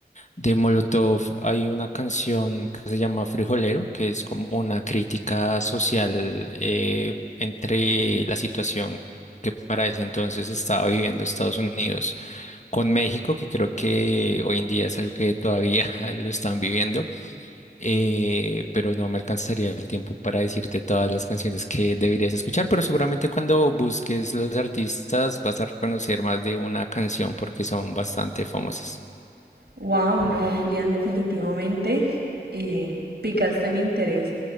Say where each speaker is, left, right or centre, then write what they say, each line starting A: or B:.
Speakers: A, on the left (about 45°); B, on the right (about 70°).
A: De Molotov hay una canción que se llama Frijolero, que es como una crítica social eh, entre la situación que para ese entonces estaba viviendo Estados Unidos con México, que creo que hoy en día es algo que todavía <laughs> lo están viviendo, eh, pero no me alcanzaría el tiempo para decirte todas las canciones que deberías escuchar, pero seguramente cuando busques los artistas vas a reconocer más de una canción porque son bastante famosas.
B: Wow, no, Julián, definitivamente eh, picaste mi interés